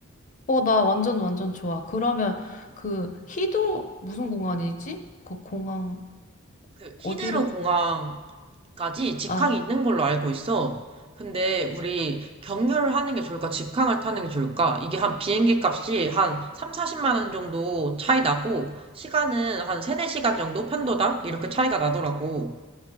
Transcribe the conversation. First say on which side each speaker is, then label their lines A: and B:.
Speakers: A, on the left; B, on the right.
A: 어, 나 완전 완전 좋아. 그러면 그 히드로 무슨 공항이지? 그 공항
B: 그 히드로
A: 어디로?
B: 공항까지 직항이
A: 아,
B: 있는 걸로 알고 있어. 근데 우리 경유를 하는 게 좋을까? 직항을 타는 게 좋을까? 이게 한 비행기 값이 한 3, 40만 원 정도 차이 나고 시간은 한 3, 4시간 정도 편도당 이렇게 차이가 나더라고.